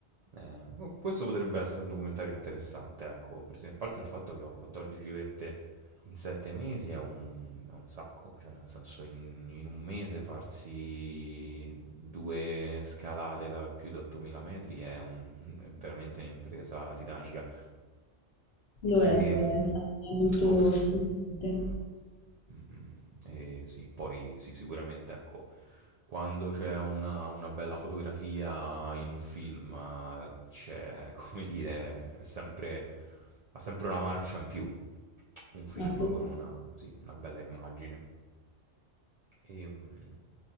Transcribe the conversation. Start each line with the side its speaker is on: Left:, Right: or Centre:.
Right: Eh, no, questo potrebbe essere un documentario interessante, ecco, per esempio, a parte il fatto che ho 14 vette in 7 mesi è un, è un sacco, cioè nel senso in, in un mese farsi due scalate da più di 8000 metri è, un- è veramente un'impresa titanica.
Left: Lo è,
Right: E,
Left: lo
Right: mm,
Left: è, infatti è molto
Right: come... s-
Left: stimolante.
Right: mm, e sì, poi sì, sicuramente ecco, quando c'è una, una bella fotografia in un film, eh, c'è, <laughs> come dire, c'è sempre, ha sempre una marcia in più un film
Left: assolutamente.
Right: con una, sì, una bella immagine. E, mm,